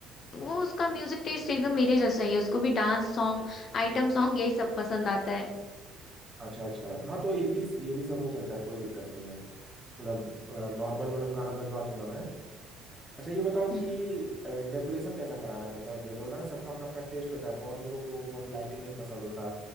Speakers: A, on the left; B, on the right.
A: वो उसका म्यूजिक टेस्ट एकदम मेरे जैसा ही है उसको भी डांस सॉन्ग आइटम सॉन्ग यही सब पसंद आता है
B: अच्छा अच्छा हाँ तो ये भी ये भी सब हो सकता है कोई दिक्कत नहीं है मतलब नॉर्मल मतलब गाना बजवा दूंगा मैं अच्छा ये बताओ
A: हम्म
B: कि डेकोरेशन कैसा कराना है मतलब जैसे होता है ना सबका अपना अपना टेस्ट होता है बहुत लोगों को बहुत लाइटिंग नहीं पसंद होता